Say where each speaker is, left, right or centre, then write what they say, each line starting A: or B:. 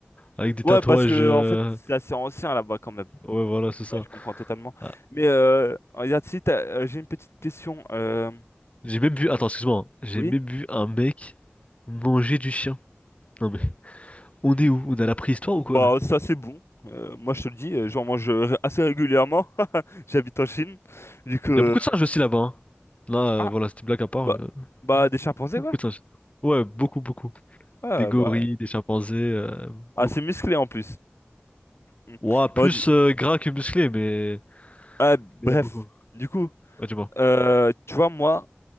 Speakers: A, on the left; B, on the left.
A: Avec des
B: Ouais,
A: tatouages.
B: parce que
A: euh,
B: en fait, c'est assez ancien là-bas quand même.
A: Ouais, voilà, c'est ça.
B: Ouais, je comprends totalement.
A: Ah,
B: Mais euh, regarde, si t'as- euh, j'ai une petite question. euh,
A: J'ai même vu. Attends, excuse-moi. hein. J'ai
B: Oui?
A: même vu un mec manger du chien. Non mais, on est où? On est à la préhistoire ou quoi
B: Bah,
A: là?
B: ça c'est bon. Euh, moi je te le dis, euh, j'en mange euh, assez régulièrement. <laughs> J'habite en Chine. Du coup, euh,
A: Il y a beaucoup de singes aussi là-bas. hein. Là,
B: Ah,
A: euh, voilà, c'était une blague à part.
B: bah,
A: mais, euh,
B: bah, des chimpanzés,
A: beaucoup
B: ouais.
A: de singes. Ouais, beaucoup, beaucoup.
B: Ouais,
A: Des gorilles,
B: bah ouais.
A: des chimpanzés, euh,
B: Assez
A: beaucoup.
B: musclé en plus. Mm.
A: Ouah, plus
B: On dit...
A: euh, gras que musclé, mais.
B: ah, bref,
A: Il y en a beaucoup.
B: du coup,
A: Ouais, tu vois.
B: euh, tu vois, moi,